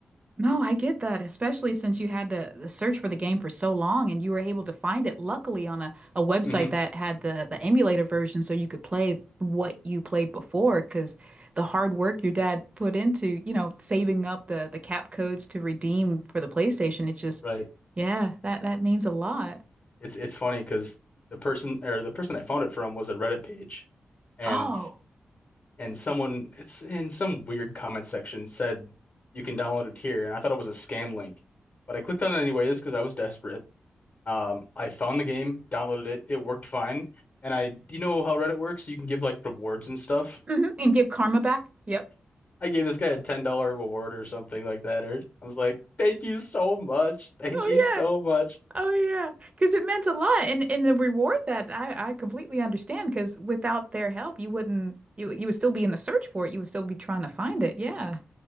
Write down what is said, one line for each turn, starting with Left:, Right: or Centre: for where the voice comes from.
Right: No, I get that, especially since you had to the search for the game for so long and you were able to find it luckily on a, a website
Left: hmm
Right: that had the, the emulator version so you could play what you played before because the hard work your dad put into, you know, saving up the the cap codes to redeem for the PlayStation, it just
Left: Right.
Right: yeah, that that means a lot.
Left: It's it's funny because the person or the person I found it from was a Reddit page and
Right: Oh,
Left: and someone it's in some weird comment section said you can download it here and I thought it was a scam link. But I clicked on it anyways because I was desperate. Um, I found the game, downloaded it, it worked fine. And I, do you know how Reddit works? You can give like rewards and stuff.
Right: hmm And give karma back. Yep.
Left: I gave this guy a ten dollar reward or something like that. Or I was like, "Thank you so much, thank
Right: Oh,
Left: you so
Right: yeah.
Left: much."
Right: Oh yeah, because it meant a lot, and and the reward that I I completely understand. Because without their help, you wouldn't you you would still be in the search for it. You would still be trying to find it. Yeah.